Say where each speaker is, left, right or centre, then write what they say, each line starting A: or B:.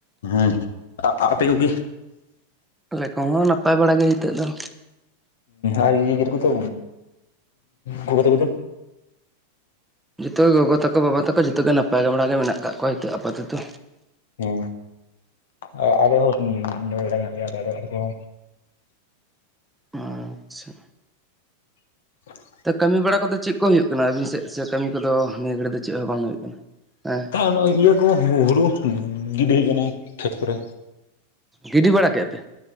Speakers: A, on the left; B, in the centre.
A: ᱦᱩᱸ ᱟᱜ ᱟᱜ ᱟᱯᱮ ᱠᱚᱜᱮ
B: ᱟᱞᱮ ᱠᱚᱦᱚᱸ ᱱᱟᱯᱟᱭ ᱵᱟᱲᱟ ᱜᱮ ᱦᱤᱛᱚᱜ ᱫᱚ
A: ᱟᱨ <unintelligible> ᱠᱚᱫᱚ ᱜᱚᱜᱚ ᱛᱟᱠᱚ ᱫᱚ
B: ᱡᱚᱛᱚ ᱜᱮ ᱜᱚᱜᱚ ᱛᱟᱠᱚ ᱵᱟᱵᱟ ᱛᱟᱠᱚ ᱡᱚᱛᱚ ᱜᱮ ᱱᱟᱯᱟᱭ ᱜᱮ ᱵᱟᱲᱟᱭ ᱜᱮ ᱢᱮᱱᱟᱜᱠᱟᱜ ᱠᱚᱣᱟ ᱦᱤᱛᱚᱜ ᱟᱯᱟᱛᱚᱛᱚ
A: ᱦᱩᱸ ᱟᱸ ᱟᱞᱮ ᱦᱚᱸ ᱱᱟᱯᱟᱭ ᱵᱟᱲᱟ <unintelligible>
B: ᱟᱪᱪᱷᱟ
A: <inaudible>
B: ᱛᱚ ᱠᱟᱹᱢᱤ ᱵᱟᱲᱟ ᱠᱚᱫᱚ ᱪᱮᱜ ᱠᱚ ᱦᱩᱭᱩᱜ ᱠᱟᱱᱟ ᱟᱹᱵᱤᱱ ᱥᱮᱜ ᱥᱮ ᱠᱟᱹᱢᱤ ᱠᱚᱫᱚ ᱱᱤᱭᱟᱹ ᱜᱷᱟᱹᱲᱤ ᱫᱚ ᱪᱮᱜ ᱦᱚᱸ ᱵᱟᱝ ᱦᱩᱭᱩᱜ ᱠᱟᱱᱟ ᱦᱮᱸ
A: ᱱᱚᱜᱼᱚᱭ <unintelligible> ᱠᱚ ᱦᱩᱦᱩᱲᱩ ᱜᱤᱰᱤ ᱦᱟᱹᱭ ᱠᱟᱱᱟ ᱠᱷᱮᱛ ᱠᱚᱨᱮ
B: ᱜᱤᱰᱤ ᱵᱟᱲᱟ ᱠᱮᱜ ᱟ ᱯᱮ